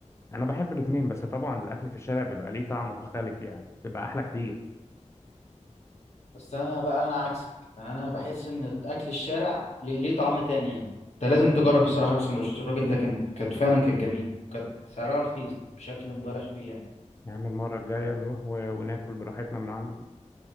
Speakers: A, on the left; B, on the left.
A: انا بحب الاتنين بس طبعا الاكل في الشارع بيبقى ليه طعم مختلف يعني بيبقى احلى كتير
B: بس انا بقى انا عكسك انا بحس ان اكل الشارع ليه ليه طعم تاني يعني انت لازم تجرب بصراحه السندوتشات الراجل ده كانت كانت فعلا كانت جميله كانت سعرها رخيص بشكل مبالغ فيه يعني.
A: يا عم المره الجايه نروح و... وناكل براحتنا من عنده